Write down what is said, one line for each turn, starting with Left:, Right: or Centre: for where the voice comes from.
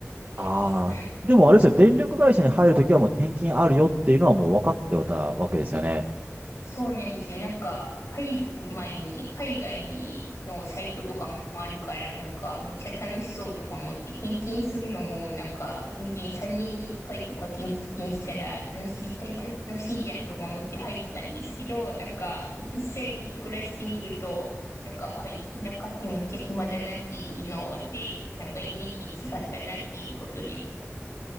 Left: あれです。
Right: あー。
Left: <laughs>
Right: でもあれですよね、電力会社に入るときはもう転勤あるよっていうのはもう分かってたわけですよね。
Left: そうなんですよ。なんか、入る前に、海外のサイトとかもあるから、なんか、めっちゃ楽しそうとか思って、転勤するのも、なんか、全然3年に1回とか転勤したら、楽しい、絶対楽しいじゃんとか思って入ったんですけど、なんか、実際暮らしてみると、なんか、あ、い田舎ってめっちゃ暇だなっていうので、なんかイメージ違ったなっていうことで、